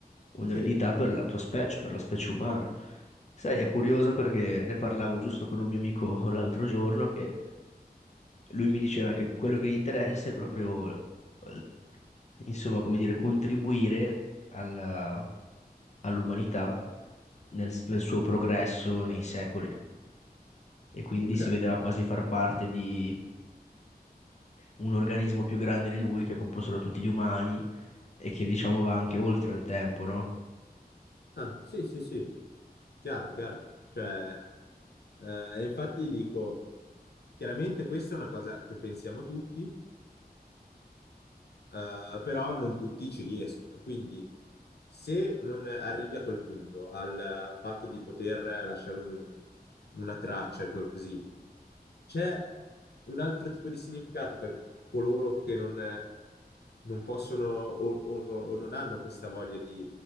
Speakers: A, on the left (about 45°); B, on the left (about 85°).
A: un'eredità
B: Sì,
A: per la tua specie, per la specie umana. Sai, è curioso perché ne parlavo giusto con un mio amico l'altro giorno che lui mi diceva che quello che gli interessa è proprio, eh, insomma, come dire, contribuire alla- all'umanità nel, nel suo progresso nei secoli. e quindi
B: ok.
A: si vedeva quasi far parte di un organismo più grande di lui che è composto da tutti gli umani e che diciamo va anche oltre al tempo, no?
B: Ah, sì, sì, sì, chiaro, chiaro. Cioè, eh, infatti dico, chiaramente questa è una cosa che pensiamo tutti, eh, però non tutti ci riescono. Quindi se non arrivi a quel punto, al eh, fatto di poter lasciare un- una traccia e così, c'è un altro tipo di significato per coloro che non, eh, non possono o, o no- o non hanno questa voglia di